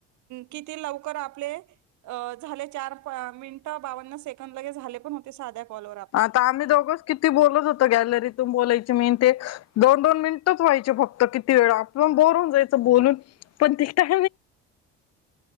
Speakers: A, on the right (about 75°); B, on the left (about 60°).
A: किती लवकर आप अ झाले चार मिनट बावन्न सेकंद, लगे झाले पण होते साध्या कॉलवर आपले
B: आता आम्ही दोघोच किती बोलत होतो गॅलरीतून बोलायची मी न ते. दोन दोन मिनिटच व्हायचे फक्त किती वेळ आपलंण बोर हुन जायचं बोलून पण तिथं